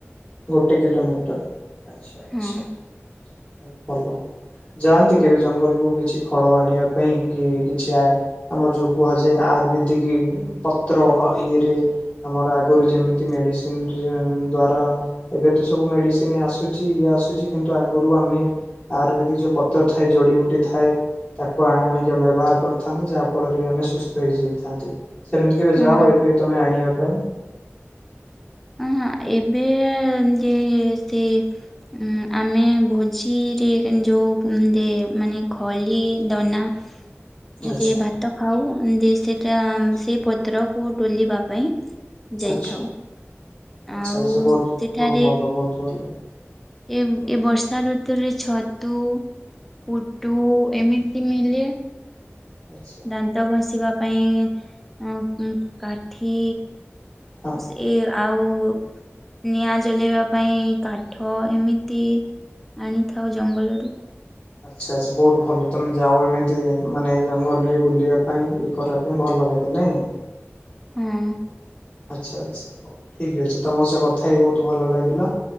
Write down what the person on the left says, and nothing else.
ଗୋଟେ କିଲୋମିଟର ଆଛା ଆଛା
ହଉ ଭଲ। ଯାଆନ୍ତି କେବେ ଜଙ୍ଗଲକୁୁ କିଛି ଫଳ ଆଣିବା ପାଇଁ କି କିଛି ଆ ଆମର ଯଉ କୁହାଯାଏ ଆ ଆୟୁର୍ବେଦିକ ପତ୍ର ଇଏରେ ଆମର ଆଗରୁ ଯେମିତି ମେଡ଼ିସିନରେ ଦ୍ୱାରା ଏବେ ତ ସବୁ ମେଡିସିନ ଆସୁଚି ଇଏ ଆସୁଚି କିନ୍ତୁ ଆଗରୁ ଆମେ ଆୟୁର୍ବେଦିକ ଯୋଉ ପତ୍ର ଥାଏ ଯ ଯଡିିବୁଟି ଥାଏ ତାକୁ ଆଣିକି ଆମେ ବ୍ୟବହାର କରିଥାନ୍ତି ଯାହା ଫଳରେ କି ଆମେ ସୁସ୍ଥ ହେଇଯାଇଥାନ୍ତି। ସେମିତି କେବେ
ଯାଅ ଏବେ ତମେ ଆଣିବା ପାଇଁ
ଆଚ୍ଛା।
ଆଚ୍ଛା
ଆଚ୍ଛା ଆଚ୍ଛା
ବହୁତ
ବହୁତ ଭଲ ବହୁତ ଭଲ
ବହୁତ
ଭଲ
ଆଚ୍ଛା।
ହଁ।
ଆଛା ସେ ବହୁତ ଭଲ ତମେ ଯାଓ ଏମିତି ମାନେ ଜଙ୍ଗଲ ରେ ବୁଲିବା ପାଇଁ ଇଏ କରିବା ପାଇଁ ଭଲ ଭଲ ଲାଗେ ନାଇଁ?
ଆଛା ଆଚ୍ଛା ହଉ ଠିକ ଅଛି ତମ ସ କଥା ହେଇ ବହୁତ ଭଲ ଲାଗିଲା।